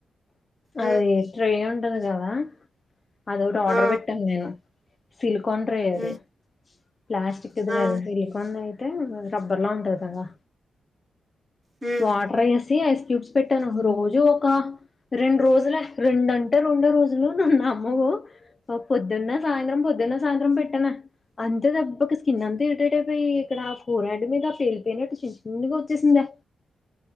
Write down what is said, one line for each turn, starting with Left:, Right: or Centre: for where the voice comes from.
Right: హ్మ్.
Left: అదే ట్రే ఉంట టది కదా అదొట్టి ఆర్డర్
Right: ఆ!
Left: పెట్టాను నేను సిలుకండ్ర
Right: హ్మ్.
Left: అది ప్లాస్టిక్ కదా
Right: ఆ!
Left: విరిగిపోయినాయి రబ్బర్లాలా ఉంటది కదా
Right: హ్మ్.
Left: వాటర్ ఏసి ఐస్ క్యూప్స్ పెట్టాను రోజు ఒక రెండు రోజులే రెండుంటే రెండో రోజులు నన్న అమ్మ పొద్దున్న సాయంత్రం పొద్దున్న సాయంత్రం పెట్టన అంత దెబ్బకి స్కిన్ అంత ఏటటే పయి ఇక్కడ ఆ ఫోర్ హడ్ మీద ఆ పేలిపోయినట్టు చిన్న చిన్నగా వచ్చేసిందే